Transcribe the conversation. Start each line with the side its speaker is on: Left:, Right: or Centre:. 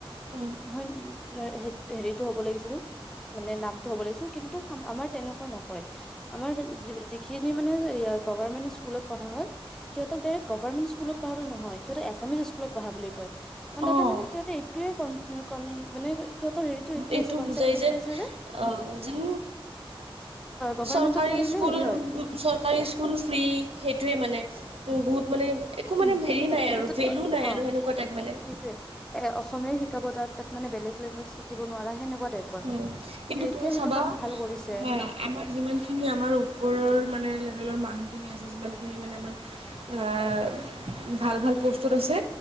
Right: উম
Centre: হয় উ হেৰিতটো হ'ব লাগিছিল। মানে নামটো হ'ব লাগিছিল কিন্তু আমাৰ তেনেকুৱা নকয়। আমাৰ যিখিনি মানে গভমেন্ট স্কুলত পঢ়া হয় সিহঁত ডাইৰেক্ট গভমেন্ট স্কুলত পঢ়া বুলি নহয় সিহঁতে এছামিছ স্কুলত পঢ়া বুলি কয় কাৰণ
Right: অ',
Centre: তাতে মান সহঁতে য়ে কন কন মানে সিহঁতৰ হেৰিটো এইটোৱে
Right: এইটো
Centre: আছে কনচেপ্ট
Right: বুজাই
Centre: এইটোৱে
Right: যেন
Centre: আছে যে
Right: আহ য
Centre: গভাৰমেন্টত
Right: চৰকাৰী
Centre: পঢ়িলে
Right: স্কুল
Centre: হেৰি হয়
Right: চৰকাৰী স্কুল ফ্ৰী সেইটোৱে মানে। উ বহুত মানে একো মানে
Centre: উম
Right: হেৰি নাই
Centre: সেইটোত
Right: আৰু ভেলু নাই
Centre: অ
Right: আৰু সেনেকুৱা টাইপ মানে।
Centre: সেইটোৱে এ অসমীয়া শিকাব তাত, তাত মানে বেলেগ লেংগুৱেজ শিকিব নোৱাৰা সেনেকুৱা।
Right: উম,
Centre: কিন্তু
Right: তুমি
Centre: এতিয়া
Right: চাবা
Centre: সেইটো কাম ভাল কৰিছে।
Right: হা, আমাৰ যিমানখিনি আমাৰ ওপৰৰ মানে লেভেলৰ মানুহখিনি আছে যিমানখিনি মানে আমাৰ আহ ভাল ভাল পোষ্টৰ আছে।